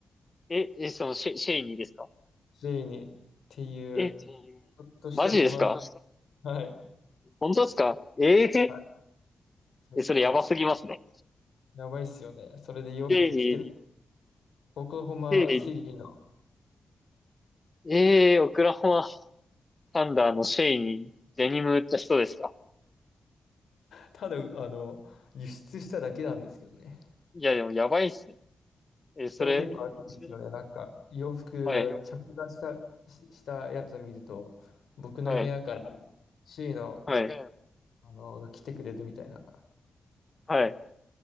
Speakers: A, on the left; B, on the left.
A: え、え、その、シェイ、シェイにですか
B: ェイにっていう、
A: え、
B: ちょっとした自慢。
A: マジですか
B: はい。
A: 本当ですかええ
B: はい。結構い、
A: え、それやばすぎますね。
B: やばいっすよね。それで洋服着てる。
A: シェイに、
B: オクラホマシリの。
A: シェイにええー、オクラホマサンダーのシェイにデニム売った人ですか
B: ただ、あの、輸出しただけなんですけどね。
A: いや、でもやばいっすね。えーそれ、
B: でも結構暑いんですよね。
A: 一年、
B: なんか、洋服着火した、
A: はい、
B: し、したやつを見ると、僕の部屋からシェイの、
A: はい、はい、
B: あの、が来てくれるみたいな。
A: はい。